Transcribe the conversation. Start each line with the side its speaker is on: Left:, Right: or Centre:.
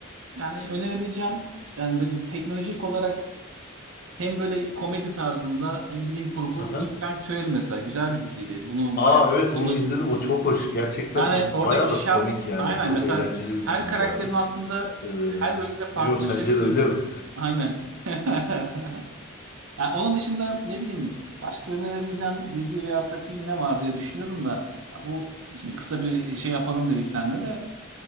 Right: yani önerebileceğim yani böyle teknolojik olarak hem böyle komedi tarzında hem bilim kurgu
Left: Aha.
Right: Big Bang Theory mesela güzel bir diziydi. Bunu
Left: Aa
Right: bayağı
Left: evet
Right: izlemiştim.
Left: onu izledim o çok hoş. Gerçekten
Right: Yani oradaki
Left: bayağı da
Right: şal
Left: komik yani.
Right: aynen
Left: Çok
Right: mesela
Left: eğlenceli bir
Right: her
Left: diziydi
Right: karakterin
Left: abi.
Right: aslında
Left: Ee,
Right: her bölümde farklılaşabiliyordu.
Left: bilmiyorum sence de öyle mi?
Right: Aynen. <laughs> Yani onun dışında ne bileyim başka önerebileceğim dizi veyahut da film ne var diye düşünüyorum da ya bu şimdi kısa bir e, şey yapalım dedik senle de